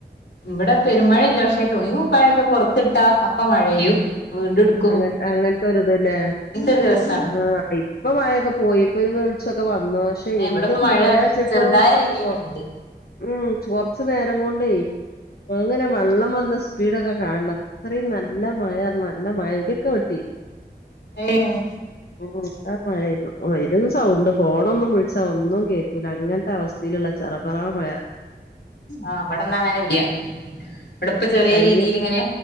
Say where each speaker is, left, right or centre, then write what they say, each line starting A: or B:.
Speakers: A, on the left; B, on the left.
A: ഇവിടെ പെരുമഴല്ല പക്ഷെ തുണീം കുപ്പായൊക്കെ പുറത്തിട്ടാ അപ്പ മഴെയ്യും വീണ്ടുട്ക്കും
B: അങ്ങൻ അങ്ങൻത്തൊര്ത് ലേ
A: ഒരു ദിവസാണിന്ന്
B: ആഹ് ഇപ്പ മയൊക്കെ പോയി പ്പൊര് വെൾച്ചൊക്കെ വന്നു പക്ഷെ
A: ഏഹ്
B: എന്ത്
A: ഇവിടെപ്പ മഴ
B: മഴാച്ച്ട്ടാ
A: ചെറുതായ രീതിയിലുണ്ട്
B: പൊർ മ് കൊറച്ച്നേരം കൊണ്ടേ ഇവട്ങ്ങനെ വെള്ളം വന്ന സ്പീഡൊക്കെ കാണണം അത്രയും നല്ല മയന്ന ല്ല മയ ഇടിയൊക്കെ വെട്ടി
A: ഏഹ്
B: എന്താ മഴപെയ്തു വെറും സൗണ്ട് ഫോണൊന്നും വിളിച്ചാ ഒന്നും കേ നിക്കൂല അങ്ങനത്തവസ്ഥീലുള്ള ചറപറാ മഴ
A: ആഹ് ഇവടെന്നാ അങ്ങനെല്ല്യ ഇവിടെപ്പ ചെറിയ
B: കഴിഞ്ഞു
A: രീതീലിങ്ങനെ